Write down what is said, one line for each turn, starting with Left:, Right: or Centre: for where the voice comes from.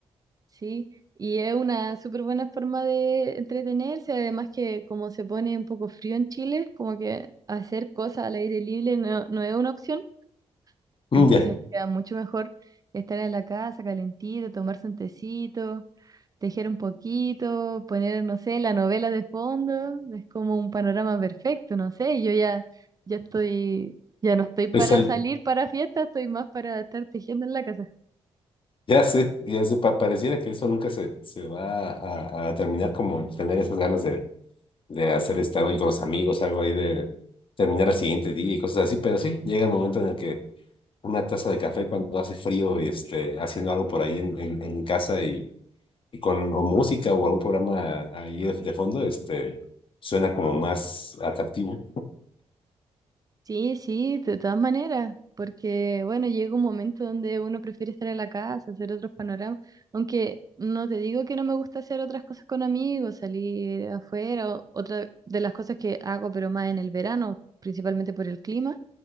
Right: Sí, y es una súper buena forma de entretenerse, además que como se pone un poco frío en Chile, como que hacer cosas al aire libre no, no es una opción,
Left: Mm,
Right: Entonces
Left: Ya,
Right: queda mucho mejor estar en la casa calentito, tomarse un tecito, tejer un poquito, poner, no sé, la novela de fondo. Es como un panorama perfecto, no sé. Yo ya, ya estoy, ya no estoy para
Left: es el,
Right: salir para fiestas, estoy más para estar tejiendo en la casa.
Left: ya sé, ya sé, pa- pareciera que eso nunca se, se va a, a terminar, como el tener esas ganas de, de hacer estar hoy con los amigos, algo ahí de terminar el siguiente día y cosas así, pero sí, llega el momento en el que una taza de café cuando hace frío y este, haciendo algo por ahí en, en, en casa y, y con o música o algún programa ahí de, de fondo, este, suena como más atractivo.
Right: Sí, sí, de todas maneras, porque bueno, llega un momento donde uno prefiere estar en la casa, hacer otros panoramas, aunque no te digo que no me gusta hacer otras cosas con amigos, salir afuera, o- otra de las cosas que hago, pero más en el verano, principalmente por el clima,